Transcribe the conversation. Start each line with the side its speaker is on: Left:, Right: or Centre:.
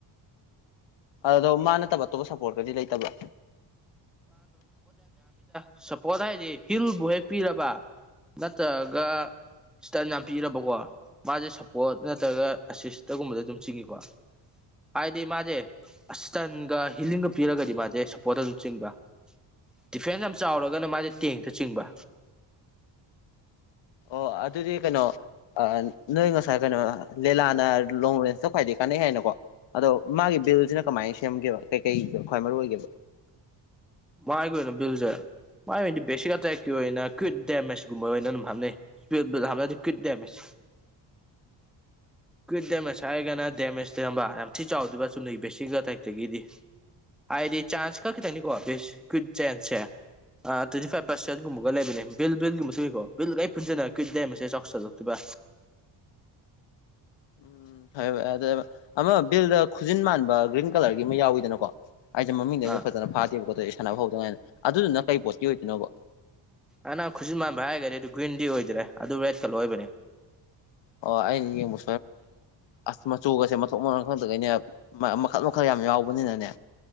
Left: ꯑꯗꯨꯗꯣ ꯃꯥ ꯅꯠꯇꯕ ꯑꯇꯣꯞꯄ ꯁꯞꯄꯣꯔꯠꯀꯗꯤ ꯂꯩꯇꯕ꯭ꯔ
Centre: ꯁꯄꯣꯁ ꯍꯥꯏꯗꯤ ꯍꯤꯜꯕꯨ ꯍꯦꯛ ꯄꯤꯔꯕ ꯅꯠꯇ꯭ꯔꯒ ꯁꯤꯇꯟ ꯌꯥꯝ ꯄꯤꯔꯕꯀꯣ ꯃꯥꯁꯦ ꯁꯞꯄꯣꯔꯠ ꯅꯠꯇ꯭ꯔꯒ ꯑꯦꯁꯤꯁꯇꯒꯨꯝꯕꯗ ꯑꯗꯨꯝ ꯆꯤꯡꯏꯤꯀꯣ ꯍꯥꯏꯗꯤ ꯃꯥꯁꯦ ꯑꯁꯇꯟꯒ ꯍꯤꯂꯤꯡꯒ ꯄꯤꯔꯒꯗꯤ ꯃꯥꯁꯦ ꯁꯞꯄꯣꯔꯠꯇ ꯑꯗꯨꯝ ꯆꯤꯡꯕ ꯗꯤꯐ꯭ꯔꯦꯟꯁ ꯌꯥꯝ ꯆꯥꯎꯔꯒꯅ ꯃꯥꯁꯦ ꯇꯦꯡꯗ ꯆꯤꯡꯕ
Left: ꯑꯣ ꯑꯗꯨꯗꯤ ꯀꯩꯅꯣ ꯑ ꯅꯣꯏ ꯉꯁꯥꯏ ꯀꯩꯅꯣ ꯂꯤꯂꯥꯅ ꯂꯣꯡ ꯔꯦꯟꯁꯇ ꯈ꯭ꯋꯥꯏꯗꯒꯤ ꯀꯥꯟꯅꯩ ꯍꯥꯏꯅꯀꯣ ꯑꯗꯣ ꯃꯥꯒꯤ ꯕꯤꯜꯁꯤꯅ ꯀꯃꯥꯏꯅ ꯁꯦꯝꯒꯦꯕ ꯀꯩꯀꯩ ꯈ꯭ꯋꯥꯏ ꯃꯔꯨ ꯑꯣꯏꯒꯦꯕ
Centre: ꯃꯥꯥꯏꯒꯤ ꯑꯣꯏꯅ ꯕꯤꯜꯁꯦ ꯃꯥꯏ ꯑꯣꯏꯅꯗꯤ ꯕꯦꯁꯤꯛ ꯑꯇꯥꯏꯛꯀꯤ ꯑꯣꯏꯅ ꯀ꯭ꯋꯤꯠ ꯗꯦꯃꯦꯖꯀꯨꯝꯕ ꯑꯣꯏꯅ ꯑꯗꯨꯝ ꯍꯥꯞꯅꯩ ꯏꯁ ꯍꯥꯞꯅꯗꯤ ꯀ꯭ꯋꯤꯠ ꯗꯦꯃꯦꯖ
Left: <unintelligible> <inaudible>
Centre: ꯀ꯭ꯋꯤꯠ ꯗꯦꯃꯦꯖ ꯍꯥꯏꯔꯒꯅ ꯗꯦꯃꯦꯖ ꯇꯧꯔꯝꯕ ꯌꯥꯝ ꯊꯤ ꯆꯥꯎꯗꯕ ꯆꯨꯝꯅꯩ ꯕꯦꯁꯤꯒ ꯇꯥꯏꯛꯇꯒꯤꯗꯤ ꯍꯥꯏꯗꯤ ꯆꯥꯟꯁ ꯀꯛ ꯀꯈꯤꯗꯪꯅꯤꯀꯣ ꯁ ꯀ ꯆꯦꯟꯁꯦ ꯇ꯭ꯋꯦꯟꯇꯤ ꯐꯥꯏꯚ ꯄꯥꯔꯁꯦꯟꯠꯒꯨꯝꯕꯒ ꯂꯩꯕꯅꯦ ꯕꯤꯜ ꯜꯒꯨꯝꯕ ꯇꯨꯏꯀꯣ ꯕꯤꯜꯒ ꯄꯨꯟꯟꯅꯔ ꯀ꯭ꯋꯤꯠꯦꯁꯦ ꯆ ꯆꯥꯎ ꯆꯛꯇꯣꯏꯕ
Left: ꯎꯝ ꯎꯝ ꯐꯔꯦ ꯐꯦ ꯑꯗꯨ ꯑꯃ ꯕꯤꯜꯗ ꯈꯨꯖꯤꯟ ꯃꯥꯟꯕ ꯒ꯭ꯔꯤꯟ ꯀꯂꯔꯒꯤ ꯑꯃ ꯌꯥꯎꯋꯤꯗꯅꯀꯣ ꯑꯩꯁꯦ ꯃꯃꯤꯡꯗꯩꯅ
Centre: ꯑꯥ
Left: ꯐꯖꯅ ꯐꯥꯗꯦꯕ ꯈꯣꯠꯇ ꯑꯩ ꯁꯥꯟꯅꯕ ꯐ ꯍꯧꯗꯉꯥꯏꯅ ꯑꯗꯨꯗꯨꯅ ꯀꯩ ꯄꯣꯠꯀꯤ ꯑꯣꯏꯗꯣꯏꯅꯣꯕ
Centre: ꯑ ꯅꯪ ꯈꯨꯠꯁꯨ ꯃꯥꯟꯕ ꯍꯥꯏꯔꯒꯗꯤ ꯑꯗꯨ ꯒ꯭ꯔꯤꯟꯗꯤ ꯑꯣꯏꯗ꯭ꯔꯦ ꯑꯗꯨ ꯔꯦꯗ ꯀꯂꯔ ꯑꯣꯏꯕꯅꯤ
Left: ꯑꯣ ꯑꯩꯔ ꯃ ꯑꯁ ꯆꯨꯒꯁꯦ ꯃꯊꯣꯛ ꯃꯟ ꯈꯛꯇꯒꯩꯅꯦ ꯃꯈꯜ ꯃꯈꯜ ꯌꯥꯝ ꯌꯥꯎꯕꯅꯤꯅꯅꯦ